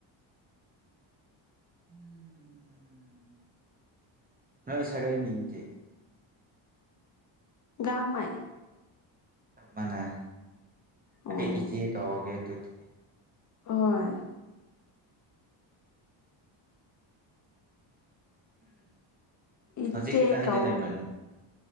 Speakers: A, on the right; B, on the left.
A: ꯎꯝ ꯅꯣꯏ ꯁꯥꯒꯩ ꯃꯤꯡꯗꯤ꯫
B: ꯒꯥꯡꯃꯩ꯫
A: ꯆꯞ ꯃꯟꯅꯩ
B: ꯑꯣ
A: ꯑꯩ ꯏꯆꯦ ꯀꯧꯔꯒꯦ ꯑꯗꯨꯗꯤ꯫
B: ꯍꯣꯏ꯫ ꯏꯆꯦ
A: ꯍꯧꯖꯤꯛ ꯀꯥꯏꯗ
B: ꯀꯧꯋꯣ
A: ꯂꯩꯕ꯭ꯔ ꯅꯪ꯫